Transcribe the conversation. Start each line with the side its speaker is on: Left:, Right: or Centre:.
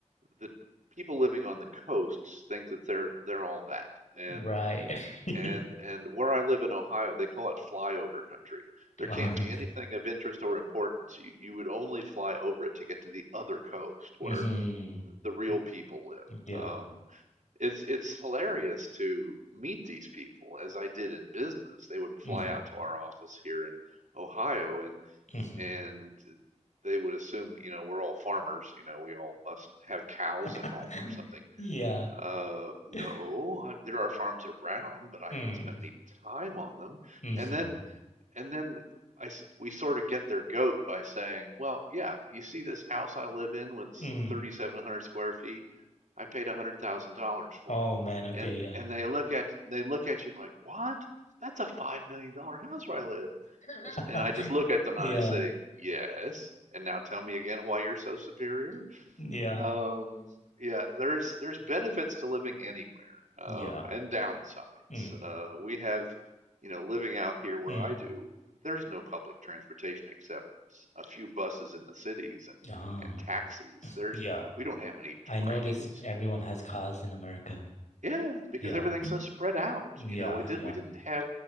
Right: the people living on the coasts think that they're they're all that. And
Left: right. <laughs>
Right: and and where I live in Ohio, they call it flyover country. There
Left: Mm,
Right: can't
Left: uh,
Right: be anything of interest or importance. You you would only fly over it to get to the other coast where
Left: mhm,
Right: the real people live.
Left: mm, Yeah.
Right: Um, it's it's hilarious to meet these people as I did in business. They would fly
Left: mhm,
Right: out to our office here in Ohio and
Left: mhm.
Right: and they would assume, you know, we're all farmers, you know, we all must have cows at
Left: <laughs>
Right: home or something.
Left: Yeah.
Right: Uh, no,
Left: <laughs>
Right: uh, there are farms around, but I
Left: Mm,
Right: haven't spent any time on them.
Left: mhm,
Right: And then and then I we sort of get their goat by saying, well, yeah, you see this house I live in with
Left: mm.
Right: 3,700 square feet? I paid $100,000 for
Left: Oh
Right: it.
Left: man, okay,
Right: And
Left: yeah.
Right: and they look at they look at you like, what? That's a five million dollar house where I live.
Left: <laughs>
Right: And I just look at them
Left: Yeah.
Right: and I say, yes. And now tell me again why you're so superior.
Left: Yeah.
Right: Um, yeah, there's there's benefits to living anywhere, um,
Left: Yeah.
Right: and downsides.
Left: Mm,
Right: Uh, we have, you know, living out here where
Left: mm.
Right: I do, there's no public transportation except s- a few buses in the cities and
Left: Ah.
Right: and taxis. There's
Left: yeah.
Right: we don't have any trains.
Left: I noticed everyone has cars in America.
Right: Yeah, because
Left: Yeah.
Right: everything's so spread out.
Left: Yeah.
Right: You know, it did,
Left: Yeah.
Right: we didn't have